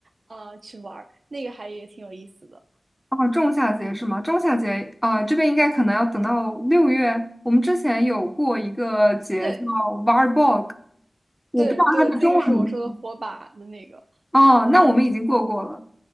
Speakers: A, on the right; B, in the centre.
A: 啊，去玩儿，那个还也挺有意思的。
B: 哦，仲夏节是吗？仲夏节啊，这边应该可能要等到六月。我们之前有过一个节叫
A: 对
B: Varborg，我不知道它的中文名。
A: 对对，这个是我说的火把的那个，
B: 哦，那我们已经过过了，